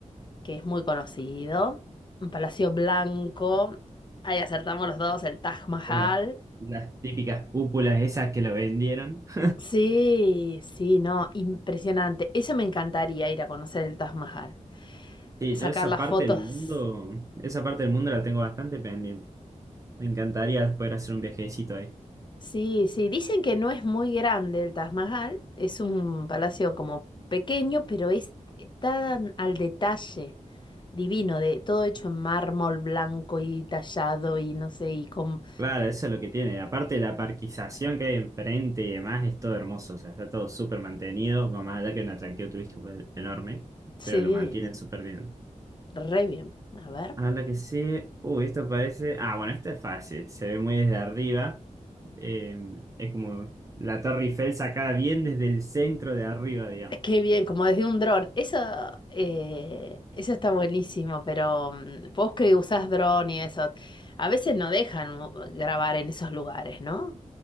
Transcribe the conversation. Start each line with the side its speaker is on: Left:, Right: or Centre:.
Left: que es muy conocido, un palacio blanco. Ahí acertamos los dos, el Taj Mahal.
Right: Eran Las, las típicas cúpulas esas que lo vendieron. <laughs>
Left: Sí, sí, no, impresionante. Eso me encantaría ir a conocer el Taj Mahal,
Right: Sí,
Left: sacar
Right: yo esa
Left: las
Right: parte
Left: fotos.
Right: del mundo, esa parte del mundo la tengo bastante pendiente. Me encantaría poder hacer un viajecito ahí.
Left: Sí, sí, dicen que no es muy grande el Taj Mahal, es un palacio como pequeño, pero es tan al detalle, divino, de todo hecho en mármol blanco y tallado y no sé, y con...
Right: Claro, eso es lo que tiene. Aparte de la parquización que hay enfrente y demás, es todo hermoso. O sea, está todo súper mantenido. Más allá que un atractivo turístico pues, enorme,
Left: Sí,
Right: pero lo mantienen súper bien.
Left: re bien, a ver.
Right: A la que sigue. Uy, esto parece. Ah, bueno, esta es fácil. Se ve muy desde arriba. Eh, es como la Torre Eiffel sacada bien desde el centro de arriba, digamos.
Left: Qué bien, como desde un dron. Eso, eh, eso está buenísimo, pero mm, vos que usás dron y eso, a veces no dejan uh, grabar en esos lugares, ¿no?